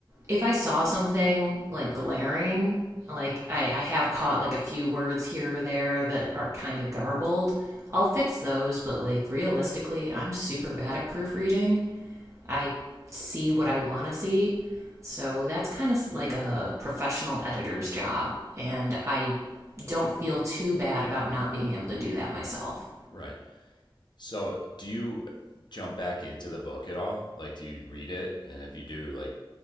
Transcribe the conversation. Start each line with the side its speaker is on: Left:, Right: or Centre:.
Right: if I saw something like glaring, like I, I have caught like a few words here or there that are kind of garbled, I'll fix those. But like realistically, I'm super bad at proofreading. I see what I want to see. So that's kind of like a professional editor's job. And I don't feel too bad about not being able to do that myself.
Left: Right. So, do you jump back into the book at all? Like, do you read it? And if you do, like,